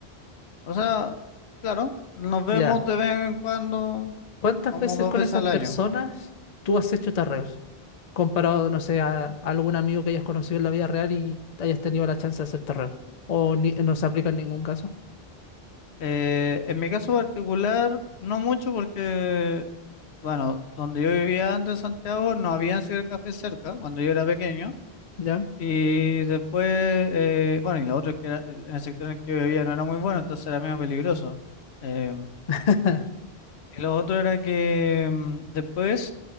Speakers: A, on the left; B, on the left.
A: O sea, claro, nos vemos
B: Ya.
A: de vez en cuando,
B: ¿Cuántas
A: como
B: veces
A: dos
B: con
A: veces
B: esas
A: al
B: personas
A: año.
B: tú has hecho tarreos? Comparado, no sé, a, a algún amigo que hayas conocido en la vida real y hayas tenido la chance de hacer tarreo. O ni- no se aplica en ningún caso.
A: Eh, en mi caso particular, no mucho porque, bueno, donde yo vivía antes en Santiago no habían cibercafés cerca cuando yo era pequeño.
B: ¿Ya?
A: Y después, eh, bueno, y la otra es que era- en el sector en el que yo vivía no era muy bueno, entonces era medio peligroso. Eh,
B: <laughs>
A: y lo otro era que mm, después,